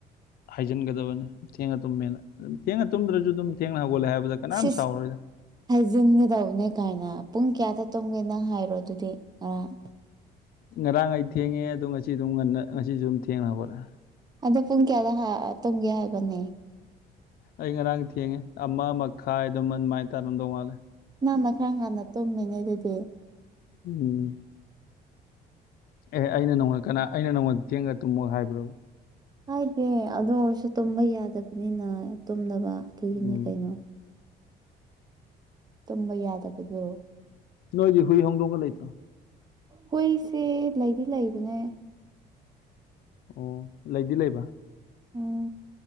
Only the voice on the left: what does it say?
ꯍꯥꯏꯖꯤꯟꯒꯗꯕꯅꯤ ꯊꯦꯡꯉ ꯇꯨꯝꯃꯦꯅ ꯑꯗꯨꯝ ꯊꯦꯡꯅ ꯇꯨꯝꯗ꯭ꯔꯁꯨ ꯑꯗꯨꯝ ꯊꯦꯡꯅ ꯍꯧꯒꯠꯂꯦ ꯍꯥꯏꯕꯗ ꯀꯅꯥꯝ
ꯁꯥꯎꯔꯣꯏ
ꯉꯔꯥꯡ ꯑꯩ ꯊꯦꯡꯉꯦ ꯑꯗꯨ ꯉꯁꯤ ꯑꯗꯨꯝ ꯉꯟꯅ ꯉꯁꯤꯁꯨ ꯑꯗꯨꯝ ꯊꯦꯡꯅ ꯍꯧꯒꯠꯂꯦ
ꯑꯩ ꯉꯔꯥꯡ ꯊꯦꯡꯉꯦ ꯑꯃ ꯃꯈꯥꯏ ꯑꯗꯨꯝ ꯑꯗꯨꯃꯥꯏꯅ ꯇꯥꯔꯝꯗꯧ ꯃꯥꯜꯂꯦ
ꯎꯝ ꯑꯦ ꯑꯩꯅ ꯅꯣꯡꯉꯣꯗ ꯀꯅꯥ ꯑꯩꯅ ꯅꯉꯣꯟꯗ ꯊꯦꯡꯅ ꯇꯨꯝꯃꯨ ꯍꯥꯏꯕ꯭ꯔꯣ
ꯎꯝ
ꯅꯣꯏꯒꯤ ꯍꯨꯏ ꯍꯧꯗꯣꯡꯒ ꯂꯩꯇ꯭ꯔꯣ
ꯑꯣ ꯂꯩꯗꯤ ꯂꯩꯕ